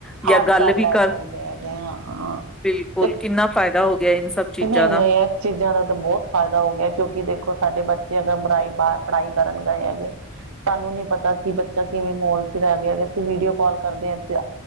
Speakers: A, in the centre; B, on the right.
A: ਜਾਂ
B: ਹਾਲ
A: ਗੱਲ
B: ਚਾਲ
A: ਵੀ
B: ਲੈ ਸਕਦੇ
A: ਕਰ
B: ਹੈਗੇ ਹਾਂ
A: ਬਿਲਕੁਲ
B: ਦੇ
A: ਕਿੰਨਾ ਫਾਇਦਾ ਹੋ ਗਿਆ ਇਨ ਸਭ ਚੀਜ਼ਾਂ
B: ਨਹੀਂ-ਨਹੀਂ
A: ਦਾ
B: ਇਸ ਚੀਜ਼ਾਂ ਦਾ ਤਾਂ ਬਹੁਤ ਫਾਇਦਾ ਹੋ ਗਿਆ ਕਿਉਂਕਿ ਦੇਖੋ ਸਾਡੇ ਬੱਚੇ ਹੈ ਬੁਰਾਈ ਬਾਹਰ ਪੜ੍ਹਾਈ ਕਰਨ ਗਏ ਹੈਗੇ ਤੁਹਾਨੂੰ ਨੀ ਪਤਾ ਕਿ ਬੱਚਾ ਕਿਵੇਂ ਮੋਲ ਚ ਰਹਿ ਗਿਆ ਹੈ ਅਸੀਂ ਵੀਡੀਓ ਕਾਲ ਕਰਦੇ ਹਾਂ ਤੇ